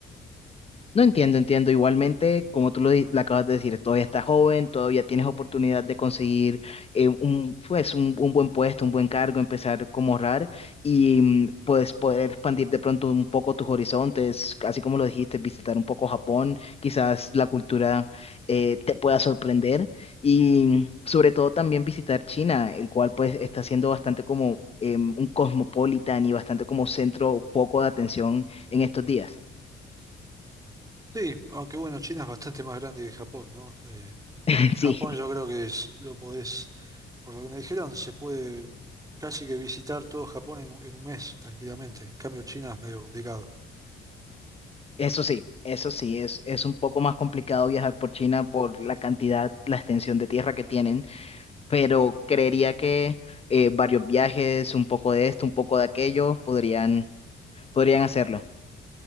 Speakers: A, on the left; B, on the right.
A: No entiendo, entiendo. Igualmente, como tú lo, di- lo acabas de decir, todavía estás joven, todavía tienes oportunidad de conseguir eh, un, pues, un, un buen puesto, un buen cargo, empezar como ahorrar y mm, pues poder expandir de pronto un poco tus horizontes, así como lo dijiste, visitar un poco Japón, quizás la cultura eh, te pueda sorprender y sobre todo también visitar China, el cual pues está siendo bastante como em, un cosmopolitan y bastante como centro, foco de atención en estos días.
B: Sí, aunque bueno, China es bastante más grande que Japón, ¿no? Eh,
A: <laughs>
B: Japón
A: Sí.
B: yo creo que es- lo podés, por lo que me dijeron, se puede casi que visitar todo Japón en, un en un mes tranquilamente. En cambio, China es medio complicado.
A: Eso sí, eso sí, es, es un poco más complicado viajar por China por la cantidad, la extensión de tierra que tienen, pero creería que eh, varios viajes, un poco de esto, un poco de aquello, podrían, podrían hacerlo.